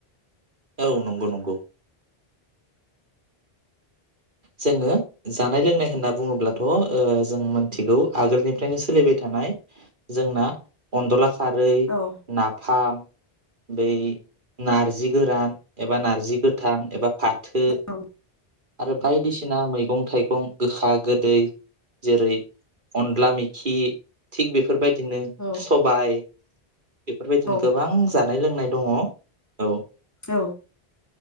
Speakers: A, on the right; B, on the left.
A: औ नंगौ नंगौ। जोङो जानाय लोंनाय होनना बुङोब्लाथ' ओ जों मोनथिगौ आगोलनिफ्रायनो सोलिबाय थानाय जोंना अनद'ला खारै,
B: औ
A: नाफाम बै नारजि गोरान एबा नारजि गोथां एबा फाथो
B: औ
A: आरो बायदिसिना मैगं थाइगं गोखा गोदै जेरै अनला मेखि थिग बे बेफोरबायदिनो
B: औ
A: सबाय बेफोरबायदिनो
B: औ
A: गोबां जानाय लोंनाय दङ औ
B: औ